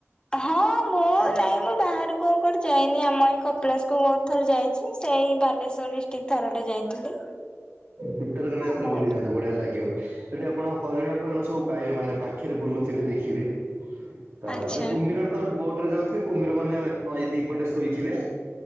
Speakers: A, on the left; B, on the right.
A: ହଁ ମୋ ହଁ ନାଇଁ ମୁଁ ବାହାରୁକୁ ଆଉ କୁଆଡେ ଯାଇନି, ଆମ ଏଇ କପିଳାସ କୁ ବହୁତ ଥର ଯାଇଛି ସେଇ ବାଲେଶ୍ଵର ଡିସ ଥରଟେ ଯାଇଥିଲି।
B: ଭିତର କନିକା
A: ଆମ
B: ଥରେ ବୁଲି ଯାଆନ୍ତୁ ବଢିଆ ଲାଗିବ। ସେଠି ଆପଣ ହରିଣ ଫରିଣ ସବୁ ପାଇବେ ମାନେ ପାଖରେ ବୁଲୁଥିବେ ଦେଖିବେ। ତାପରେ
A: ଆଚ୍ଛା।
B: କୁମ୍ଭୀରରେ ତ ବୋଟ ରେ ଯାଉଥିବେ, କୁମ୍ଭୀର ମାନେ ନଈ ଦି ପଟେ ଶୋଇଥିବେ।